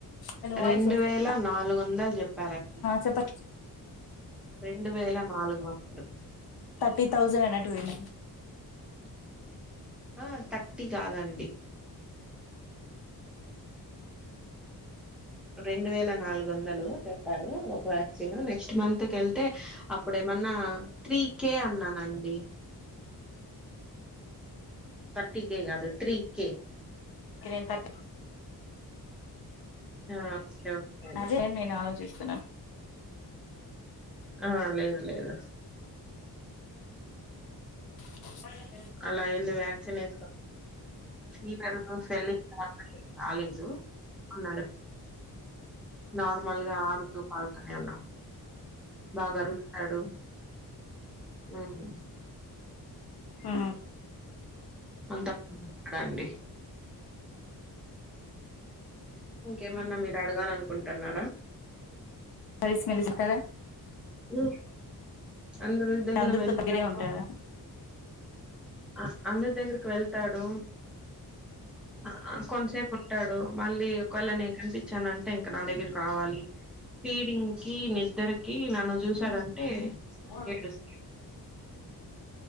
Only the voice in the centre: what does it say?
రెండు
వేల నాలుగున్ దల్ జెప్పారండి
రెండు వేల నాలుగు వందలు
ఆ థర్టి గాదండి రెండు వేల నాలుగు వందలు చెప్పారు ఒక వ్యాక్సిన్ నెక్స్ట్ మంత్ కెళ్తే అ ఇప్పుడేమన్నా త్రీ కే అన్నానండి థర్టీ కే గాదు త్రీ కే
ఆ ఓకే
ఆ లేదు లేదు
అలా వెళ్ళి వ్యాక్సిన్ ఏసుకో <unintelligible> రాలేదు అన్నాడు నార్మల్ గా ఆడుతూ పాల్తనే ఉన్నా బాగ అరుస్తాడు ఊహు
అంత <inaudible> డండి ఇంకేమన్నా మీరు అడగాలనుకుంటున్నారా
ఉహ్ అందరు దగ్గర
వెళ్తాడు
అ అందరి దగ్గరకి వెళ్తాడు అ అ కొంతసేపు ఉంటాడు మళ్ళీ ఒకవేళ నేన్ ఏం కనిపించానంటే ఇంక నా దగ్గరి కావాలి ఫీడింగ్ కి నిద్దరికి నన్ను చూసాడంటే
ఏడుస్తా